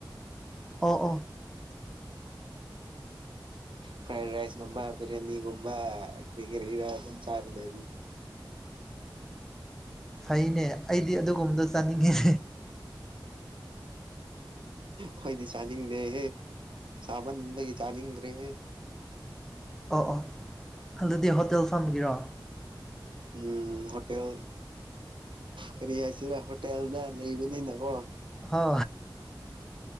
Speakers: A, in the centre; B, on the right.
A: ꯑꯣ ꯑꯣ
B: ꯐ꯭ꯔꯥꯏ ꯔꯥꯏꯁꯒꯨꯝꯕ ꯕꯤꯔꯌꯥꯅꯤꯒꯨꯝꯕ ꯀꯔꯤ ꯀꯔꯤꯔ ꯑꯗꯨ ꯆꯔ ꯂꯩ
A: ꯐꯩꯅꯦ ꯑꯩꯗꯤ ꯑꯗꯨꯒꯨꯝꯕꯗꯣ ꯆꯥꯅꯤꯡꯉꯤ
B: ꯑꯩꯣꯏꯗꯤ ꯆꯥꯅꯤꯡꯗꯦꯍꯦ ꯁꯃꯟꯒꯤ ꯆꯥꯅꯤꯡ ꯔꯦꯍꯦ
A: ꯑꯣ ꯑꯣ ꯑꯗꯨꯗꯤ ꯍꯣꯇꯦꯜ ꯐꯝꯈꯤꯔꯣ
B: ꯎꯝ ꯍꯣꯇꯦꯜ ꯀꯔꯤ ꯍꯥꯏꯁꯤꯔꯥ ꯍꯣꯇꯦꯜꯗ ꯂꯩꯕꯅꯤꯅꯀꯣ
A: ꯍ